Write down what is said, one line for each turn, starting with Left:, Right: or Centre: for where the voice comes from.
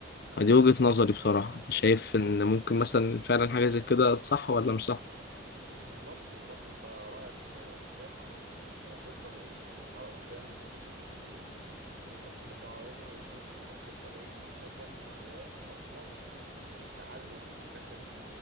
Left: فدي وجهة نظري بصراحة أنت شايف إن ممكن مثلا فعلا حاجة زي كده صح ولا مش صح؟
Right: مم، بالظبط بالظبط انت رايك آه، صحيح عامه يعني انت هتوصل لقد- مرحله قدام في التمرين ان انت كتلتك العضليه دي ما بتزيدش بالاكل الطبيعي فمحتاج بقى مكملات اكتر ت- ت- تعلي الكثافه دي